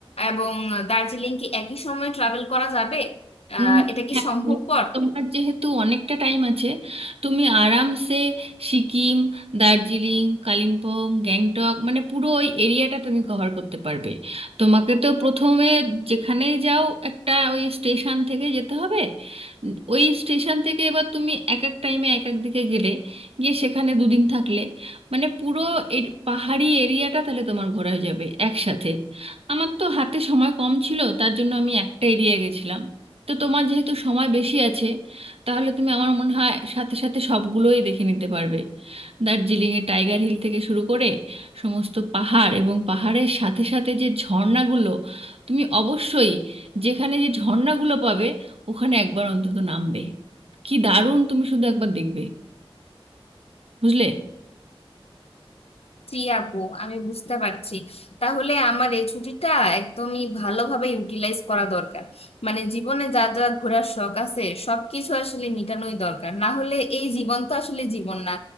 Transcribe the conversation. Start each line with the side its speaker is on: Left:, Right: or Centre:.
Left: এবং দার্জিলিং কি একই সময়ে ট্রাভেল করা যাবে আহ
Right: উম,
Left: এটা কি
Right: হ্যাঁ
Left: সম্ভবপর
Right: তোমার যেহেতু অনেকটা টাইম আছে তুমি আরামসে সিকিম দার্জিলিং কালিম্পং গ্যাংটক মানে পুরো ওই এরিয়াটা তুমি কভার করতে পারবে তোমাকে তো প্রথমে যেখানেই যাও একটা ওই স্টেশন থেকে যেতে হবে উম, ওই স্টেশন থেকে এবার তুমি এক এক টাইমে এক এক দিকে গেলে গিয়ে সেখানে দুদিন থাকলে মানে পুরো এর পাহাড়ি এরিয়াটা তাহলে তোমার ঘোরা হয়ে যাবে একসাথে আমার তো হাতে সময় কম ছিল তার জন্য আমি একটা এরিয়া গেছিলাম তো তোমার যেহেতু সময় বেশি আছে তাহলে তুমি আমার মনে হয় সাথে সাথে সবগুলোই দেখে নিতে পারবে দার্জিলিংয়ে টাইগার হিল থেকে শুরু করে সমস্ত পাহাড় এবং পাহাড়ের সাথে সাথে যে ঝর্ণাগুলো তুমি অবশ্যই যেখানে যে ঝর্ণাগুলো পাবে ওখানে একবার অন্তত নামবে কি দারুণ তুমি শুধু একবার দেখবে বুঝলে
Left: জি আপু আমি বুঝতে পারছি তাহলে আমার এই ছুটিটা একদমই ভালোভাবে ইউটিলাইজ করা দরকার মানে জীবনে যা যা ঘোরার শখ আছে সবকিছু আসলে মিটানোই দরকার না হলে এই জীবন তো আসলে জীবন না